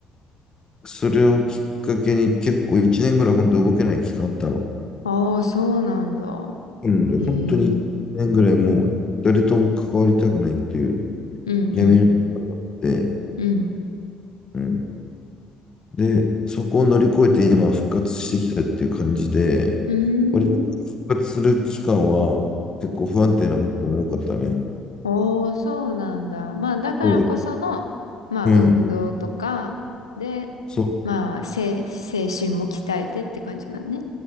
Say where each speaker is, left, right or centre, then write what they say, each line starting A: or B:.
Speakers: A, on the left; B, on the left.
A: それをきっかけに結構1年ぐらい本当動けない期間あったの。
B: ああ、そうなんだ。
A: うん。
B: ええ
A: 本当に1年ぐらいもう誰とも関わりたくないっていう
B: うん、
A: 闇の中があって、
B: うん、うん。
A: うん。で、そこを乗り越えて今復活してきたっていう感じで、
B: うー
A: 割と復活する期間は結構不安定なことも多かったね。
B: ん。おー、そうなんだ。まあ、だからこその、
A: そう、
B: まあ、
A: うん。
B: 運動とか、で、
A: そ
B: まあ、精、精神も鍛えてって感じだね。